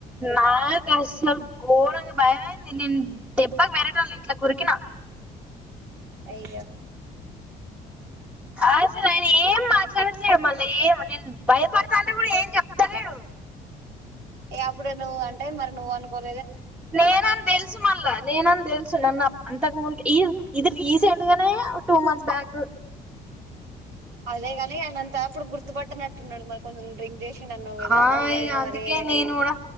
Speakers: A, in the centre; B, on the right.
A: నాకు అసలు గోరంగ భయమైంది నేను దెబ్బాకి వెరోటోల ఇంట్లో కురికినా
B: అయ్య
A: అసలు ఆయన ఏం మాట్లాడట్లేదు మళ్ళీ ఏమో నేను భయపడతా అంటే కూడా ఏం చెప్తలేడు.
B: ఇగ అప్పుడు నువ్వు అంటే మరి నువ్వు అనుకోని
A: నేనని తెలుసు మళ్ళా నేనని తెలుసు నన్న తకు ముందు ఈ ఇది రీసెంట్ గానే టూ మంత్స్ బ్యాక్
B: అదేగాని ఆయన అంతా అప్పుడు గుర్తుపట్టినట్టున్నాడు మరి కొంచెం డ్రింక్ చేసిండు అన్నావు కదా
A: ఆ ఇగ
B: ఆయన
A: అందుకే
B: మరి
A: నేను కూడా